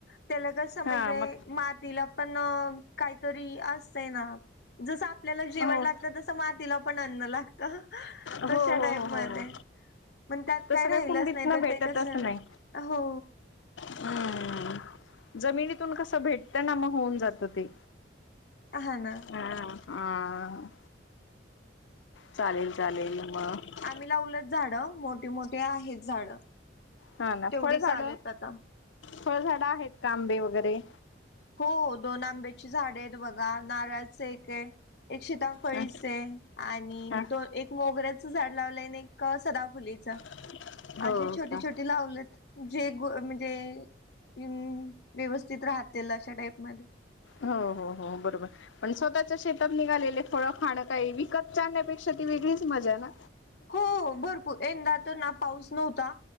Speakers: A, on the left (about 60°); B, on the left (about 80°).
A: त्याला जस
B: हा
A: म्हणजे
B: मग
A: मातीला पण काहीतरी असतं ना. जसं आपल्याला जेवण
B: हो
A: लागतं.
B: हो
A: तस मातीला पण अन्न लागत
B: हो
A: तशा
B: हो
A: टाईप मध्ये
B: हो हो
A: पण त्यात
B: तसं
A: काय राहिलंच
B: कुंडीत
A: नाही.
B: ना
A: तर
B: भेटतच
A: ते कस
B: नाही
A: हो,
B: हम्म जमिनीतून कसं भेटतं ना मग होऊन जातं ते,
A: हा ना
B: हम्म हम, चालेल चालेल मग,
A: मी लावलच झाडं मोठे मोठे आहेत झाडं.
B: हा ना,
A: तेवढी
B: फळझाड,
A: चालेत आता
B: फळझाडं आहेत आंबे वगैरे,
A: हो दोन आंब्याची झाडे आहेत बघा नारळच एक आहे एक शिता फळीचं
B: अ
A: हे आणि
B: हा
A: दोन एक मोगऱ्याचं झाड लावलंय आणि एक सदाफुलीचं
B: <inaudible>
A: अशी छोटी
B: का?
A: छोटी लावलेत जे ग म्हणजे व्यवस्थित राहतील अशा टाईप मध्ये
B: हो हो हो बरोबर पण स्वतःच्या शेतात निघालेले फळं खाणं काही विकतचे आणण्यापेक्षा ती वेगळीच मजा ना
A: हो भरपूर यंदा तर ना पाऊस नव्हता